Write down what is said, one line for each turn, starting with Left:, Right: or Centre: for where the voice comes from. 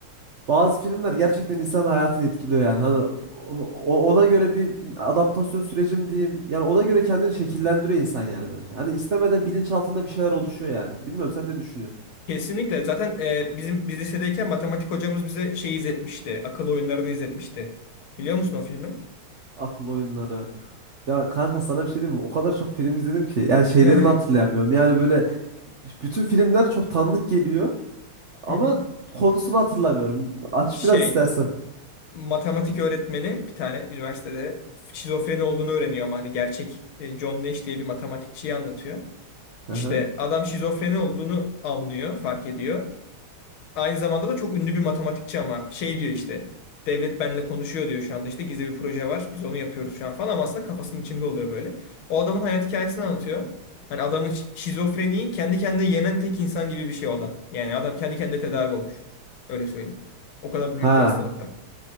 Right: Bazı filmler gerçekten insanın hayatını etkiliyor yani. Hani o- o- ona göre bir adaptasyon süreci mi diyeyim? Yani ona göre kendini şekillendiriyor insan yani bence. Hani istemeden bilinçaltında bir şeyler oluşuyor yani. Bilmiyorum sen ne düşünüyorsun?
Left: Kesinlikle. Zaten e, bizim biz lisedeyken matematik hocamız bize şey izletmişti. Akıl oyunlarını izletmişti. Biliyor musun o filmi? <laughs>
Right: Akıl oyunları. Ya kanka sana bir şey diyeyim mi? O kadar çok film izledim ki. Yani şeylerini
Left: Eh,
Right: hatırlayamıyorum. Yani böyle bütün filmler çok tanıdık geliyor. Ama
Left: Hı hı.
Right: konusunu hatırlamıyorum. Aç
Left: Şey,
Right: biraz istersen.
Left: matematik öğretmeni bir tane üniversitede şizofreni olduğunu öğreniyor ama hani gerçek e, John Nash diye bir matematikçiyi anlatıyor.
Right: Hı
Left: İşte
Right: hı.
Left: adam şizofreni olduğunu anlıyor, fark ediyor. Aynı zamanda da çok ünlü bir matematikçi ama şey diyor işte devlet benimle konuşuyor diyor şu anda işte gizli bir proje var biz onu yapıyoruz şu an falan ama aslında kafasının içinde oluyor böyle. O adamın hayat hikayesini anlatıyor. Hani adamın şi- şizofreniyi kendi kendine yenen tek insan gibi bir şey o adam. Yani adam kendi kendine tedavi olmuş. Öyle söyleyeyim. O kadar
Right: Ha.
Left: büyük bir hastalıktan.